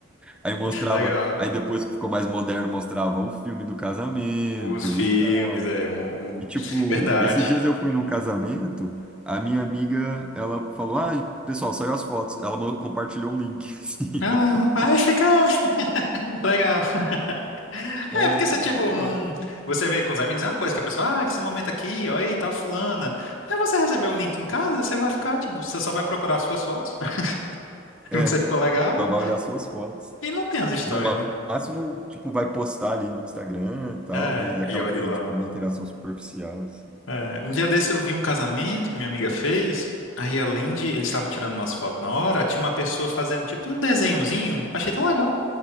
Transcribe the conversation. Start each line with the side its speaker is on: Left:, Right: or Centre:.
Centre: aí mostrava,
Left: <laughs> Legal.
Centre: aí depois que ficou mais moderno, mostrava o filme do casamento
Left: Os filmes,
Centre: e tal.
Left: é um.
Centre: E
Left: um-
Centre: tipo,
Left: Verdade.
Centre: esses dias eu fui num casamento, a minha amiga, ela falou, ah, pessoal, saiu as fotos, ela mo- compartilhou um link, <laughs> assim,
Left: Ah,
Centre: eu falei, pô.
Left: aí fica <laughs> legal. <laughs>
Centre: É,
Left: É, porque
Centre: tipo,
Left: você, tipo,
Centre: pô,
Left: não. Você vê com os amigos, é uma coisa que a pessoa, ah, esse momento aqui, ó, aí, tal, fulana. Aí você recebeu o link em casa, você vai ficar, tipo, você só vai procurar as suas fotos, <laughs>
Centre: É,
Left: que você ficou legal,
Centre: só vai olhar suas fotos.
Left: e não tem as histórias,
Centre: No ma-
Left: né?
Centre: máximo, tipo, vai postar ali no Instagram e tal,
Left: É,
Centre: mas é
Left: e
Centre: aquela
Left: olhe
Centre: coisa,
Left: lá.
Centre: tipo, uma interação superficial, assim.
Left: É, um dia desse eu vi um casamento que minha amiga fez, aí além de eles estavam tirando umas fotos na hora, tinha uma pessoa fazendo, tipo, um desenhozinho, achei tão legal.